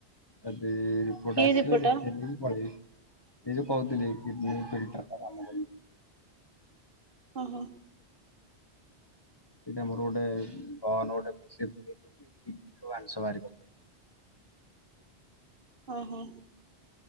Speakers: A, on the left; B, on the right.
A: ଯଦି
B: କି ରିିପୋଟ।
A: ପଳେଇିବି ଏ ଯୋଉ କହୁଥିଲି କିଡିନ ପି କାମ
B: ଓ ହୋ।
A: ସେଇଟା ମୋର ଗୋଟେ ଗହନ ଗୋଟେ <unintelligible> ମାଂଷ ବାହାରି ବ।
B: ଓ ହୋ।